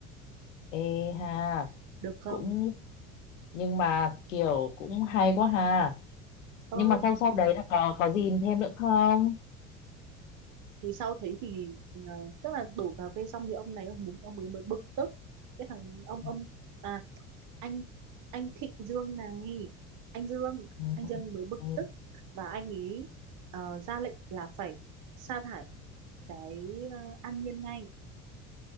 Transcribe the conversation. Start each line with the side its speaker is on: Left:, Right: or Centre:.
Left: Ê ha,
Right: được không
Left: cũng nhưng mà kiểu cũng hay quá ha.
Right: ờ
Left: Nhưng mà sau sau đấy là có có gì thêm nữa không?
Right: thì sau thế thì ờ, tức là đổ cà phê xong thì ông này ông muốn ông ấy mới bực tức cái thằng ông
Left: Ừ,
Right: ông à anh anh Thịnh Dương này anh Dương
Left: ừ,
Right: anh Dương mới bực
Left: ừ.
Right: tức và anh ấy ờ, ra lệnh là phải sa thải cái ờ, An Nhiên ngay